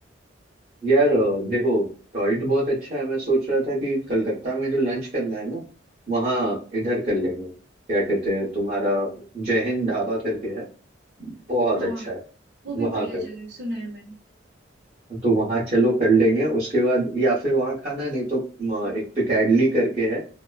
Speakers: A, on the right; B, on the right.
A: यार अ, देखो टॉयट बहुत अच्छा है मैं सोच रहा था कि कलकत्ता में जो लंच करना है ना वहाँ इधर कर लेंगे क्या कहते हैं तुम्हारा जय हिंद ढाबा करके है बहुत
B: हाँ
A: अच्छा है
B: वो भी
A: वहाँ
B: बढ़िया
A: कर
B: जगह है सुना है मैंने
A: तो वहां चलो कर लेंगे उसके बाद या फिर वहां खाना नहीं तो म, एक पिकैडली करके है